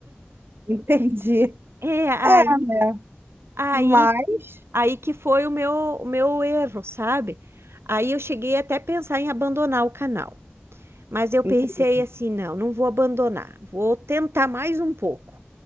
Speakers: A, on the right (about 65°); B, on the right (about 85°).
A: <laughs> Entendi.
B: É, aí,
A: É, né?
B: aí,
A: Mas.
B: aí que foi o meu, o meu erro, sabe? Aí eu cheguei até a pensar em abandonar o canal. Mas eu pensei
A: Ente-
B: assim, não, não vou abandonar, vou tentar mais um pouco.